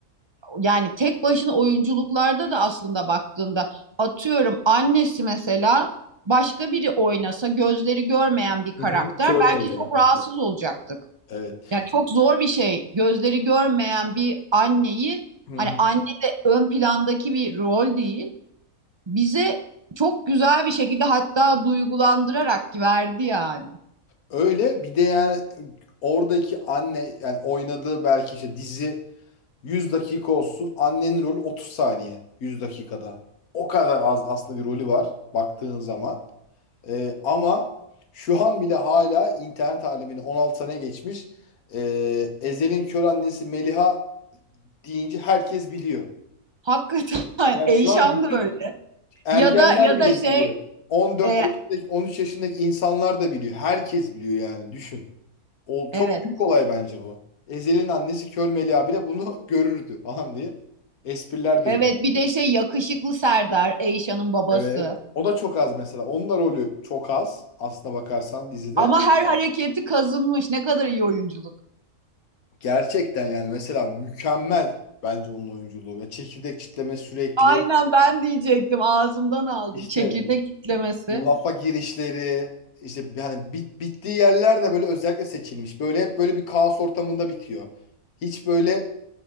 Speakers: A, on the right; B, on the left.
A: yani tek başına oyunculuklarda da aslında baktığında atıyorum annesi mesela başka biri oynasa gözleri görmeyen bir karakter
B: Hı hı, kör
A: belki
B: müydü? ya?
A: çok rahatsız olacaktık.
B: Evet.
A: Yani çok zor bir şey gözleri görmeyen bir anneyi
B: Hı
A: hani
B: hı.
A: anne de ön plandaki bir rol değil bize çok güzel bir şekilde hatta duygulandırarak verdi yani.
B: Öyle bir de yani oradaki anne yani oynadığı belki işte dizi 100 dakika olsun. Annenin rolü 30 saniye 100 dakikada. O kadar az aslında bir rolü var baktığın zaman. Ee, ama şu an bile hala internet alemine 16 sene geçmiş. Ee, Ezel'in kör annesi Meliha deyince herkes biliyor.
A: Hakikaten
B: Yani
A: <laughs> Eyşan
B: şu an bütün
A: da öyle.
B: ergenler
A: Ya da ya
B: bile
A: da şey
B: biliyor. On dört
A: e,
B: yaşındaki on üç yaşındaki insanlar da biliyor. Herkes biliyor yani düşün. Ol, çok
A: evet.
B: büyük olay bence bu. Ezel'in annesi Kör Melia bile bunu görürdü falan diye espriler dönüyor.
A: Evet bir de şey yakışıklı Serdar, Eyşan'ın babası.
B: Evet. O da çok az mesela. Onun da rolü çok az aslına bakarsan dizide.
A: Ama her hareketi kazınmış. Ne kadar iyi oyunculuk.
B: Gerçekten yani mesela mükemmel bence onun oyunculuğu. Ya çekirdek çitleme sürekli
A: Aynen ben diyecektim. Ağzımdan aldım.
B: işte
A: Çekirdek kitlemesi.
B: lafa girişleri işte bir- hani bit, bittiği yerler de böyle özellikle seçilmiş. Böyle hep böyle bir kaos ortamında bitiyor. Hiç böyle